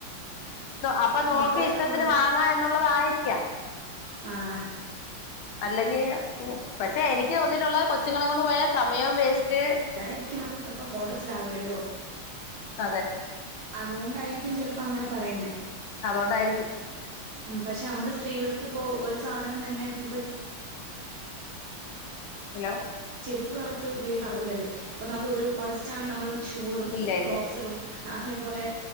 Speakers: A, on the left (about 80°); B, on the right (about 65°).
A: അപ്പൊ നോക്കി
B: മക്കളെയൊക്കെ
A: ഇഷ്ടത്തിന്
B: കൊണ്ട്
A: വാങ്ങാം എന്നുള്ളതായിരിക്കാം.
B: ആഹ്
A: അല്ലെങ്കിൽ പക്ഷെ എനിക്ക് തോന്നിയിട്ടുള്ള കൊച്ചുകള കൊണ്ട് പോയ സമയം വേസ്റ്റ്
B: അതായിരിക്കും ഇപ്പൊ ഫോട്ടോസിലാവില്ലല്ലോ.
A: അതെ
B: അതുകൊണ്ടായിരിക്കും ചിലപ്പോ അങ്ങനെ പറയുന്ന
A: അതൊണ്ടായിരികും
B: പക്ഷെ അമ്മള് സ്ത്രീകൾക്ക്പ്പോഒര് സാധനം തന്നെഇപ്പ
A: ഹലോ
B: ചെരുപ്പായിട്ട് ഉപയോഗച്ച് നടക്കൂല്ലോ ഇപ്പ നമുക്ക് ഒരു മൊടസ്റ്റ്ആണെൽ നമ്മള് ഷൂടും
A: ഇല്ല
B: ക്രോക്സ്ടും
A: ഇല്ല
B: അതേപോലെ